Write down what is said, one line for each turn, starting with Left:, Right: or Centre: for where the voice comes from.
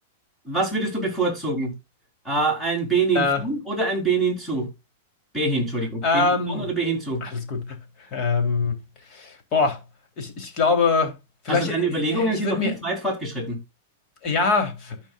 Centre: was würdest du bevorzugen? Äh, ein Benin
Left: Äh,
Centre: von oder ein Benin zu? Behin, Entschuldigung.
Left: ähm,
Centre: Behin von oder Behin zu?
Left: alles gut. Ähm, boah, ich, ich glaube, vielleicht,
Centre: Also deine
Left: äh,
Centre: Überlegungen
Left: äh, ich
Centre: sind
Left: würde
Centre: noch nicht
Left: mir,
Centre: weit fortgeschritten.
Left: ja,